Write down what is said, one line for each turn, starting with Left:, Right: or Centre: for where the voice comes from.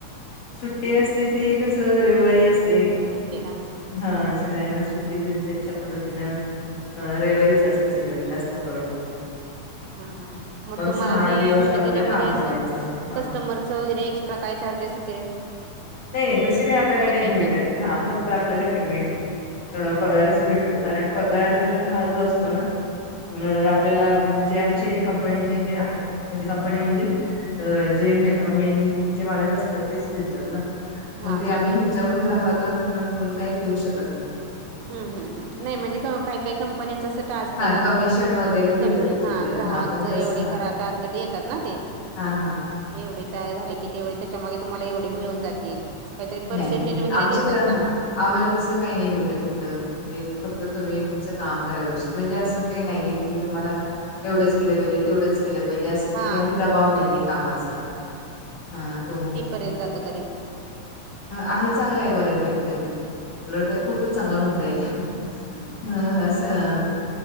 Left: सुट्टी असते ते कस रविवारी असते
Right: सडेला हा
Left: हा सगळ्यांना सुट त्याच्या पद्धतीनं रविवारीच असते सर्व जास्त परव
Right: हा हा मग तुम्हाला
Left: सहा
Right: ते
Left: दिवस
Right: म्हणजे
Left: आपलं
Right: त्याच्यामध्ये
Left: काम
Right: अस
Left: करायचं हा
Right: कस्टमरच वगैरे काय च्ेस वगैरे
Left: नाही नाही तशी काही आपल्याला
Right: फक्त
Left: नाही
Right: पेमेंट.
Left: भेटत हा फक्त आपल्याला पेमेंट
Right: हम्म
Left: अ पगारच
Right: हम्म.
Left: भेटतो कारण पगार हा जो असतो ना अ आपल्याला म्हणजे आमचे कंपनी जे जे आहेत म्हणजे कंपनी म्हणजे तर जे मे मेन जे मालक असतात तेच देतात ना मग
Right: हा
Left: ते
Right: हा
Left: आम्ही ह्याच्याकडून ग्राहकांकडून काही घेऊ शकत नाही
Right: नाही म्हणजे काय काय कंपन्यांच असते
Left: हा
Right: ना
Left: कमिशन
Right: तुम्ही
Left: वगैरे भेटत
Right: कमी
Left: देतात
Right: हा ग्राहक
Left: पण
Right: ज
Left: तस
Right: एवढे करा टार्गेट देतात ना ते
Left: हा हा हा
Right: एवढे तयार झाले की तेवढे त्याच्या मागे तुम्हाला एवढे मिळून जातील असं काहीतरी पर्सेंटेज
Left: नाही नाही नाही
Right: वगैरे
Left: आमचं
Right: देतात
Left: तर
Right: ना
Left: हा आम्हाला तसं काही नाही भेटत तथं ते फक्त तुम्ही तुमचं काम करा व्यवस्थित म्हणजे असं काही नाहीये की तुम्हाला एवढंच केलं पाहिजे तेवढंच केलं पाहिजे असं कुठलाही
Right: हा
Left: दबाव नाहीेये कामाचा हा तो
Right: पर्यंत जात तरी
Left: आहे चांगलाय बऱ्यापैकी तरी <unintelligible> खूपच चांगला म्हणता येईल ह असं